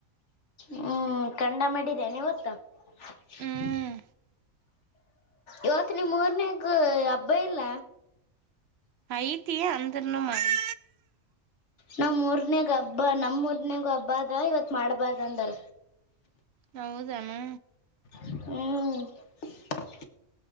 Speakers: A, on the left; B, on the right.
A: ಹ್ಮ್ ಕಂಡ ಮಾಡಿರಿ ಇವತ್ತು ನೀವತ್ತ
B: ಹ್ಮ್
A: ಇವತ್ತು ನೀಮ್ಮ ಮೂರನೇಾಗ ಹಬ್ಬ ಇಲ್ಲ
B: ಐತಿ ಅಂದನು ಮಾಡಿ
A: ನಮಮ್ಮ ಮೂರ್ನೇಗ ಹಬ್ಬ ನಮ್ ಮೂರ್ನಗ್ ಹಬ್ಬ ಅದ ಇವತ್ ಮಾಡ್ಬಾರ್ದ ಅಂದಾರ
B: ಹೌದೇನೋ
A: ಹ್ಮ